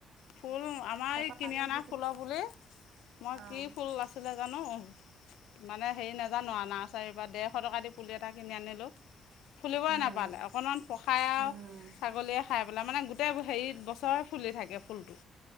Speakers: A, on the left (about 85°); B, on the right (about 75°).
A: ফুল আমাৰ
B: তাৰপা
A: এই কিনি
B: পালে
A: অনা
B: দি পঠ
A: ফুলৰ পুলি মই
B: অ',
A: কি ফুল আছিলে জানো মানে হেৰি নাজানো আৰু নাৰ্চাৰীৰ পৰা ডেৰশ টকা দি পুলি এটা কিনি আনিলোঁ। ফুলিবই
B: উম,
A: নাপালে অকণমান পসাই আৰু
B: উম,
A: ছাগলীয়ে খাই পেলাই মানে গোটেই হেৰি বছৰে ফুলি থাকে ফুলটো